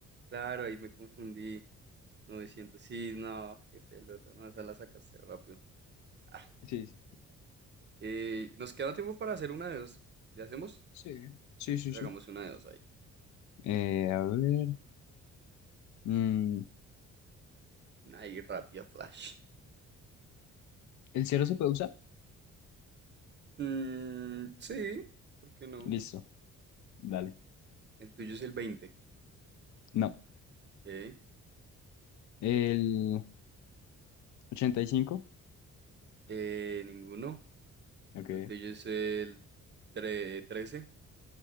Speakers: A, on the right (about 35°); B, on the left (about 70°).
A: Claro, ahí me confundí. 900 sí, no, qué pelota. No, esa la sacaste rápido. Ah,
B: Sí, sí.
A: eh, nos queda tiempo para hacer una de dos. ¿Le hacemos?
B: Sí, sí, sí,
A: sacamos
B: sí.
A: una de dos ahí.
B: Eh, a ver. mm,
A: Ahí, rápida flash.
B: ¿el cero se puede usar?
A: Mm, sí, ¿por qué no?
B: Listo. Dale.
A: El tuyo es el 20,
B: No.
A: ¿ok?
B: El. ochenta y cinco,
A: Eh, ninguno.
B: Ok.
A: El tuyo es el tre- 13.